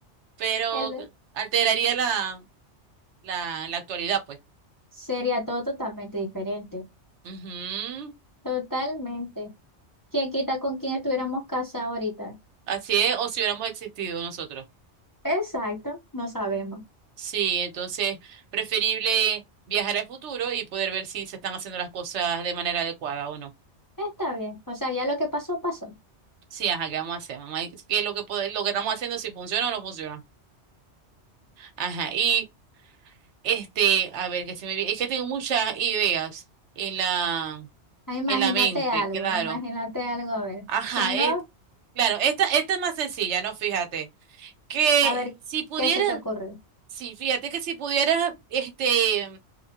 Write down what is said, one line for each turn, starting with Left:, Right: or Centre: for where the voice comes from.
Right: Pero
Left: Él
Right: alteraría la, la, la actualidad, pues.
Left: sería todo totalmente diferente.
Right: Ujú.
Left: Totalmente. ¿Quién quita con quién estuviéramos casados ahorita?
Right: Así es, o si hubiéramos existido nosotros.
Left: Exacto, no sabemos.
Right: Sí, entonces preferible viajar al futuro y poder ver si se están haciendo las cosas de manera adecuada o no.
Left: Está bien. O sea, ya lo que pasó, pasó.
Right: Sí, ajá, ¿qué vamos a hacer, mamá? ¿Y ¿Qué es lo que pode- lo que estamos haciendo, si funciona o no funciona? Ajá, y este, a ver, que se me vi- es que tengo muchas ideas en la
Left: Ah, Imagínate
Right: en la mente,
Left: algo,
Right: claro.
Left: imagínate algo, a ver.
Right: Ajá,
Left: Si no,
Right: es- claro, esta esta es más sencilla, ¿no? Fíjate, que
Left: a ver,
Right: si pudiera,
Left: ¿qué se te ocurre?
Right: sí, fíjate que si pudiera, este